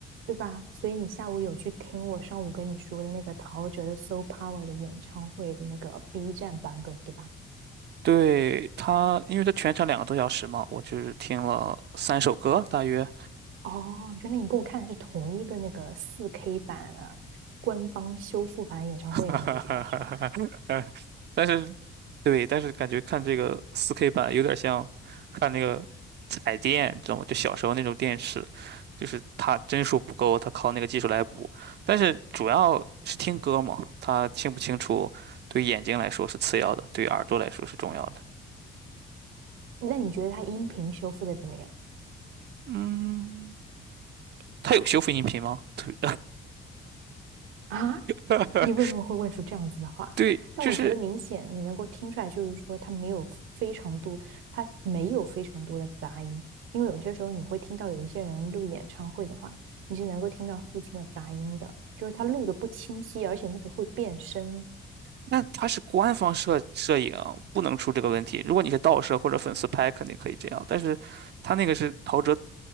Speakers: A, on the right; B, on the right.
A: 对吧？所以你下午有去听我上午跟你说的那个陶喆的《s o Power》的演唱会的那个 B 站版本，对吧？
B: 对他，因为他全程两个多小时嘛，我就是听了三首歌大约。
A: 哦，原来你跟我看的是同一个那个四 k 版啊，官方修复版演唱会的那一条是吧？
B: <laughs> 但是对，但是感觉看这个四 k 版有点像看那个彩电，知道吗？就小时候那种电视，就是它帧数不够，它靠那个技术来补。但是主要是听歌嘛，它清不清楚对眼睛来说是次要的，对耳朵来说是重要的。
A: 那你觉得它音频修复的怎么样
B: 嗯，它有修复音频吗？对，
A: 啊？
B: <laughs>
A: 你为什么会问出这样子的话？
B: 对，
A: 但我觉得明显你能够听出来，
B: 就是。
A: 就是说他没有非常多，他没有非常多的杂音，因为有些时候你会听到有一些人录演唱会的话，你是能够听到附近的杂音的，就是他录的不清晰，而且那个会变声
B: 那它是官方摄摄影，不能出这个问题。如果你是盗摄或者粉丝拍，肯定可以这样。但是，他那个是陶喆